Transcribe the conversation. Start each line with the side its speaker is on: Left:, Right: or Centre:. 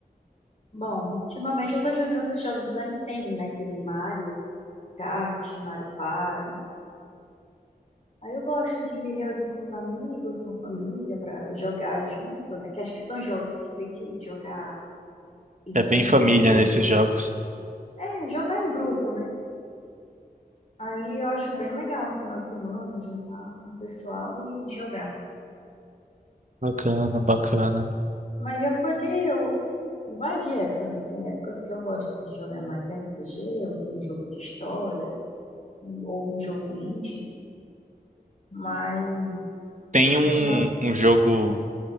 Left: Bom, ultimamente eu tô jogando os jogos da Nintendo, né? Aquele Mario Kart, Mario Party. Aí eu gosto de me reunir com os amigos, com a família, para jogar junto, né? Que acho que são jogos que tem que jogar em,
Right: É bem
Left: em
Right: família
Left: grupos.
Right: nesses jogos.
Left: É, jogar em grupo, né? Aí eu acho bem legal no final de semana juntar um pessoal e jogar.
Right: Bacana, bacana.
Left: Mas já foi de. Eu... Vai de época, né? Tem épocas que eu gosto de jogar mais RPG, ou um jogo de história, um- ou um jogo indie, mas.
Right: Tem
Left: Ultima...
Right: um, um jogo